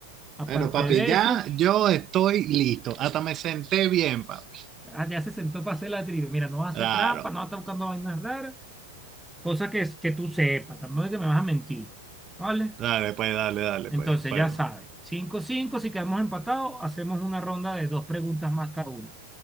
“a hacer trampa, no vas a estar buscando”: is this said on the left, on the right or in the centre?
Centre